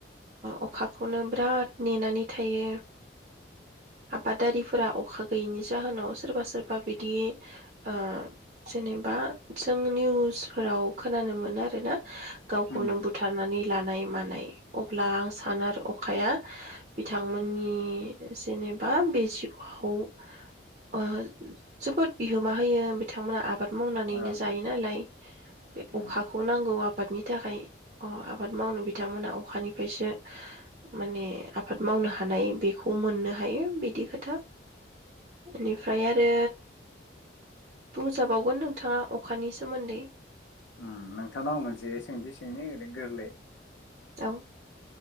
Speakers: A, on the right (about 45°); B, on the left (about 90°).
A: अखाखौनो बिराद नेनानै थायो आबादारिफोरा अखा गैयिनि जाहोनाव सोरबा सोरबा बिदि ओ जेनेबा जों निउसफोराव खोनानो मोनो आरोना। गावखौनो
B: उम
A: बुथारनानै लानाय मानाय अब्ला आं सानो आरो अखाया बिथांमोननि नि जेनेबा बेजिउ खौ ओ जोबोद बिहोमा होयो बिथांमोना आबाद मावनानैनो
B: औ
A: जायो नालाय बे
B: उम
A: अखाखौ नांगौ आबादनि थाखाय अ आबाद मावनो बिथांमोना अखानिफ्रायसो माने आबाद मावनो हानाय बेखौ मोननो हायो बिदि खोथा बेनिफ्राय आरो बुंजाबावगोन नोंथाङा अखानि सोमोन्दै।
B: उम नोंथांनाव मोनसे सोंथि सोंनि ओरैनो गोरलै।
A: औ।